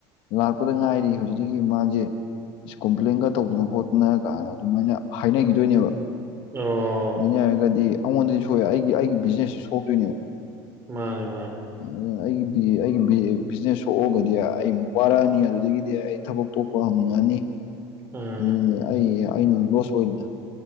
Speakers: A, on the left; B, on the right.
A: ꯂꯥꯛꯄꯗ ꯉꯥꯏꯔꯤ ꯍꯧꯖꯤꯛꯇꯀꯤ ꯃꯥꯁꯦ ꯀꯣꯝꯄ꯭ꯂꯦꯟꯒ ꯇꯧꯗꯅ ꯈꯣꯠꯇꯅ ꯀꯥꯅ ꯑꯗꯨꯃꯥꯏꯅ ꯍꯥꯏꯅꯈꯤꯗꯣꯏꯅꯦꯕ
B: ꯑꯣ
A: ꯍꯥꯏꯅꯔꯒꯗꯤ ꯑꯩꯉꯣꯟꯗꯗꯤ ꯁꯣꯛꯑꯦ ꯑꯩꯒꯤ ꯑꯩꯒꯤ ꯕꯤꯖꯤꯅꯦꯁꯁꯨ ꯁꯣꯛꯇꯣꯏꯅꯦꯕ
B: ꯃꯥꯅꯦ ꯃꯥꯅꯦ
A: ꯎ ꯑꯩꯒꯤ ꯕꯤ ꯑꯩꯒꯤ ꯕꯤ ꯕꯤꯖꯤꯅꯦꯁ ꯁꯣꯛꯑꯒꯗꯤ ꯑꯩ ꯑꯃꯨꯛ ꯋꯥꯔꯛꯑꯅꯤ ꯑꯗꯨꯗꯒꯤꯗꯤ ꯑꯩ ꯊꯕꯛ ꯇꯣꯛꯄ ꯍꯧꯅꯤꯡꯉꯛꯑꯅꯤ
B: ꯑꯥ
A: ꯑꯗꯨꯅꯤ ꯑꯩ ꯑꯩꯅ ꯂꯣꯁ ꯑꯣꯏꯗꯅ